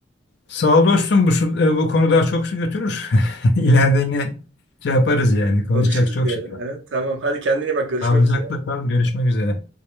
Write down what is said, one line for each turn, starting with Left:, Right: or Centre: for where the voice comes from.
Left: Sağ ol dostum bu, su- e, bu konu daha çok su götürür. <laughs> İleride yine şey yaparız yani konuşacak
Right: Konuşuruz
Left: çok
Right: bir
Left: şey
Right: ara.
Left: var.
Right: He, Tamam hadi kendine iyi bak görüşmek
Left: Sağlıcakla
Right: üzere.
Left: kal görüşmek üzere.